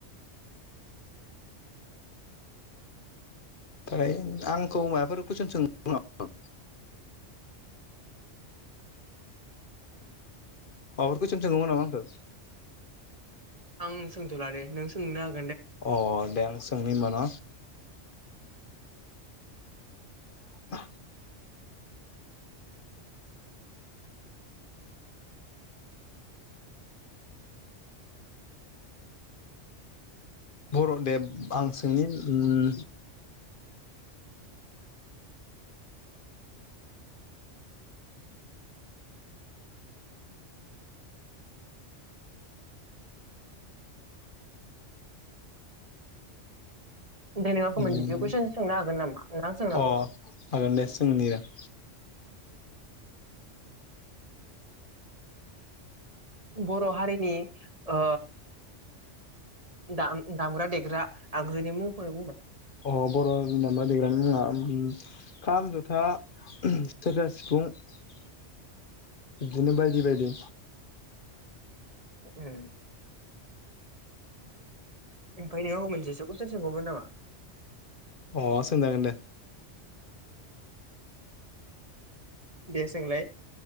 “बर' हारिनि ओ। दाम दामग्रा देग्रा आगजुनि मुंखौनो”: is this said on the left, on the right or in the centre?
Right